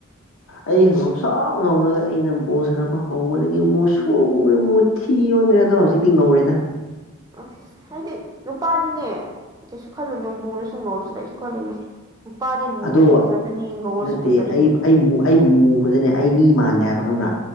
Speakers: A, on the left; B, on the right.
A: ꯑꯩ ꯍꯪ ꯉꯧꯁꯥ ꯉꯧꯔꯒ ꯑꯩꯅ ꯕꯣꯜ ꯁꯥꯟꯄ ꯍꯧꯕꯗꯒꯤ ꯃꯨꯠꯁꯨꯨꯨꯔꯦ ꯃꯨꯤ ꯐꯤ ꯌꯣꯟꯈ꯭ꯔꯦ ꯑꯗꯣ ꯍꯧꯖꯤꯛꯇꯤ ꯉꯧꯔꯦꯗ
B: ꯎ ꯍꯥꯏꯗꯤ ꯅꯨꯄꯥꯗꯅꯦ ꯀꯩꯁꯨ ꯈꯜꯂꯨꯅꯨ ꯃꯨꯔꯁꯨ ꯉꯧꯔꯁꯨ ꯀꯩꯁꯨ ꯈꯜꯂꯨꯅꯨ ꯅꯨꯄꯥꯗꯤ ꯃꯨꯔꯁꯨ
A: ꯑꯗꯣ
B: ꯐꯖꯕꯅꯤ ꯉꯧꯔꯁꯨ
A: ꯅꯠꯇꯦ
B: ꯐꯖꯕꯅꯤ
A: ꯑꯩ ꯑꯩ ꯃꯨꯕꯗꯅꯦ ꯑꯩ ꯃꯤ ꯃꯥꯟꯗꯦ ꯍꯥꯏꯕ ꯈꯪꯕ꯭ꯔꯥ